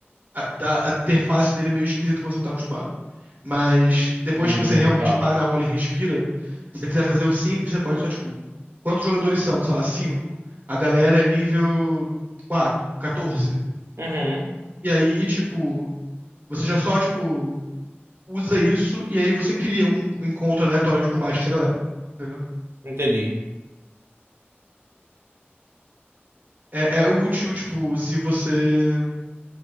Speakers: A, on the right (about 40°); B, on the right (about 85°).
A: a, tá- a interface dele é meio esquisita quando você não tá acostumado. Mas depois
B: Hum,
A: que você realmente
B: tá.
A: para, olha e respira, se você quiser fazer o simples, você pode só tipo quantos jogadores são? Sei lá, cinco. A galera é nível 4, 14.
B: Uhum,
A: E aí tipo você já só tipo usa isso e aí você cria um encontro aleatório de combate pra essa galera. entendeu?
B: entendi.
A: É, é útil, tipo, se você.